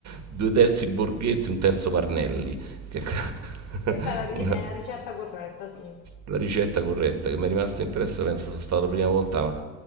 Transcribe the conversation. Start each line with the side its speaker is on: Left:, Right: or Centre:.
Right: due terzi Borghetti, un terzo Parnelli, che è que-
Left: Questa è la, ri-
Right: <laughs> una-
Left: è la ricetta corretta, sì.
Right: la ricetta corretta che mi è rimasta impressa, penso sono stata la prima volta, ma